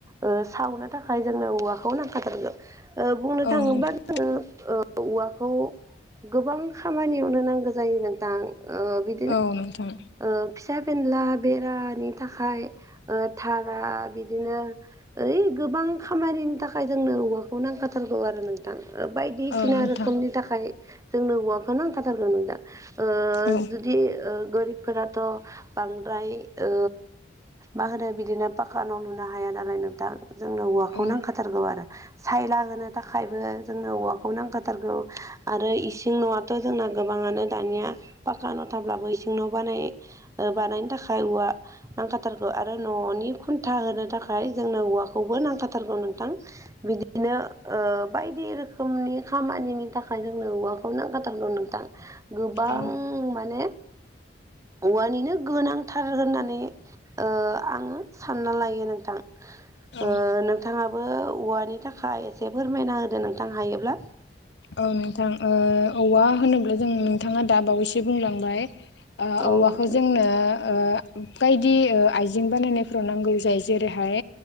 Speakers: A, on the right (about 15°); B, on the left (about 65°).
A: ओ सावनो थाखाय जोंनो औवाखौ नांखाथारगोन ओ बुंनो
B: औ
A: थाङोब्ला
B: नोंथां
A: जोङो ओ औवाखौ गोबां खामानियावनो नांगौ जायो नोंथां ओ बि
B: औ नोंथां।
A: ओ फिसा बेनला बेरानि थाखाय ओ थारा बिदिनो ओइ गोबां खामानिनि थाखाय जोंनो औवाखौ नांखाथारगौ आरो नों थां ओ बायदिसिना
B: औ नोंथां
A: रोखोमनि थाखाय जोंनो औवाखौ नांखाथारगौ नोंथां। ओ
B: औ
A: जुदि ओ गोरिबफोराथ' बांद्राय ओ मा होनो बिदिनो पाकानाव लुनो हाया नालाय नोंथां जोंनो औवाखौ
B: औ
A: नांखाथारगौ आरो सायला होनो था खायबो जोंनो औवाखौ नांखाथारगौ आरो इसिं न'याथ' जोंना गोबाङानो दानिया पाक्का न' थाब्लाबो इसिं न' बानाय ओ बानायनो थाखाय औवा नांखाथारगौ आरो न'नि खुन्था होनो थाखाय जोंनो औवाखौबो नांखाथारगौ नोंथां। बिदि नो बायदि रोखोमनि खामानिनि थाखाय जोंनो औवाखौ नांखाथारगौ नों थां। गोबां
B: औ
A: माने औवानिनो गोनांथार होनना नै ओ आङो सानना लायो नोंथां
B: औ
A: ओ नों थाङाबो औवानि थाखाय एसे फोरमायना होदो नोंथां हायोब्ला?
B: औ नोंथां ओ औवा होनोब्ला जों बिथाङा दा बावैसो बुंलांबाय ओ
A: औ
B: औवाखौ
A: नोंथां
B: जोंनो ओ बायदि ओ आइजें बानायनायफ्राव नांगौ जायो जेरैहाय